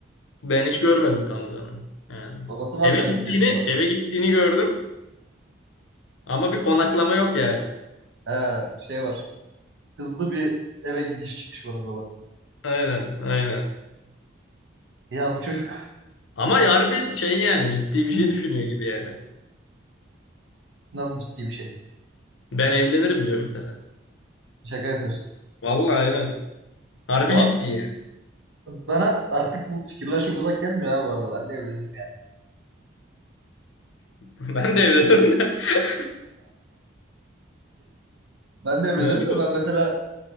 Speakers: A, on the left; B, on the right.
A: ben hiç görmedim kaldığını. Yani
B: Babası var
A: eve
B: demek
A: gittiğini
B: ki bu arada.
A: eve gittiğini gördüm ama bir konaklama yok yani.
B: He şey var. hızlı bir eve gidiş çıkış var o zaman.
A: Aynen, aynen.
B: Ya bu çocuk
A: Ama harbi şey yani ciddi bir
B: <clears throat>
A: şey düşünüyor gibi yani.
B: <laughs> nasıl ciddi bir şey?
A: Ben evlenirim diyor mesela.
B: Şaka yapıyorsun.
A: Vallahi aynen. Harbi
B: Var.
A: ciddi yani.
B: Bana artık bu fikirler çok uzak gelmiyor ha bu arada. Ben de evlenirim yani.
A: <laughs> Ben de evlenirim de. <laughs>
B: Ben de evlenirim
A: Yani
B: de
A: bu
B: ben mesela